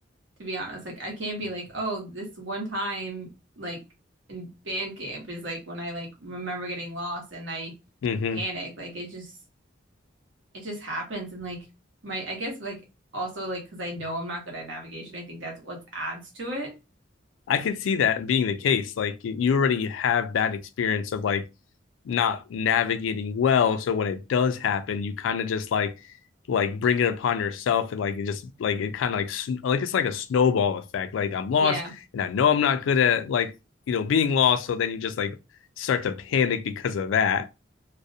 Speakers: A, on the right; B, on the left.
A: to be honest. Like I can't be like, oh, this one time like in band camp is like when I like remember getting lost and I
B: Mm-hmm.
A: panic. Like it just it just happens and like my I guess like also like because I know I'm not good at navigation, I think that's what adds to it.
B: I could see that being the case. Like you- already have bad experience of like not navigating well, so when it does happen, you kind of just like like bring it upon yourself, and like it just like it kind of like like it's like a snowball effect. Like I'm lost,
A: Yeah.
B: and I know I'm not good at like you know being lost, so then you just like start to panic because of that.